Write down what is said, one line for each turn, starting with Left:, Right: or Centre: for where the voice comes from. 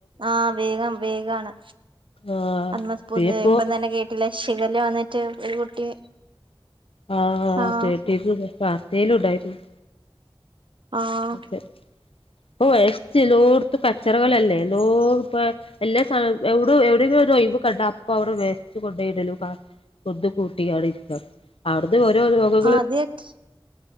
Right: ആ വേഗം വേഗാണ്
Left: ആഹ്
Right: അന്ന് പുത്
Left: ഇപ്പോ
Right: ഇപ്പം തന്നെ കേട്ടില്ലേ ഷിഗല്ല വന്നിട്ട് ഒരു കുട്ടി
Left: ആഹ
Right: ആഹ്
Left: കേട്ടിരുന്നു വാർത്തയിലും ഉണ്ടായിരുന്നു.
Right: ആഹ്
Left: ഇപ്പം വേസ്റ്റ് ലോടത്ത് കച്ചറകളല്ലേ എല്ലോട് പ്പാ എല്ലാ സാനും എവിട എവിടെയെങ്കിലും ഒരു ഒഴിവ് കണ്ട അപ്പൊ അവിടെ വേസ്റ്റ് കൊണ്ടോ യിടലും പ്ലാസ്റ്റിക് കൊന്ന് കൂട്ടിയാണ് ഇരിക്കാം അവിടുന്ന് ഓരോ രോഗങ്ങളും
Right: <unintelligible>